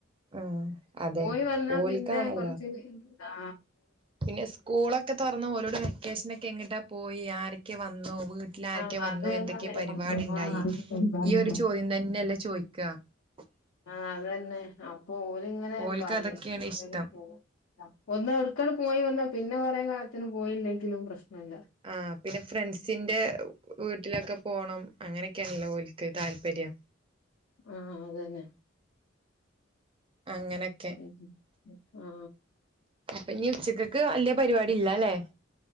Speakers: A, on the right; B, on the left.
A: ആഹ് അതെ
B: പോയി വന്നാ
A: ഓൽക്കാണല്ലോ
B: പിന്നെ കൊർച്ച് ആ
A: പിന്നെ സ്കൂളൊക്കെ തൊർന്നു ഓരോട് വെക്കേഷൻലൊക്കെ എങ്ങിട്ടാ പോയി ആരൊക്കെ വന്നു വീട്ടിൽ ആരൊക്കെ
B: ആഹ്
A: വന്നു
B: അത് ഞങ്ങള്
A: എന്തൊക്കെ പരിപാടിണ്ടായി
B: ആഹ്
A: ഈ ഒരു ചോദ്യം തന്നെയല്ലേ ചോദിക്കാ <unintelligible>
B: ആ അതെന്നെ അപ്പൊ ഓലിങ്ങനെ
A: ഓൽക്ക്
B: പറയും
A: അതൊക്കെയാണ് ഇഷ്ടം
B: എന്തും അപ്പ ഒന്ന് അക്കടെ പോയി വന്നാ പിന്നെ കുറേ കാലത്തിന് പോയില്ലെങ്കിലും പ്രശ്നല്ല
A: ആഹ് പിന്നെ ഫ്രണ്ട്സിന്റെ വീട്ടിലൊക്കെ പോണം അങ്ങനൊക്കെയാണല്ലോ ഓൽക്ക് താല്പര്യം
B: ആ അതന്നെ.
A: അങ്ങനൊക്കെ
B: പിൻ ആ
A: ഇപ്പ ഇനി ഉച്ചക്കക്ക് വല്ലിയ പരിപാടി ഇല്ലാല്ലേ.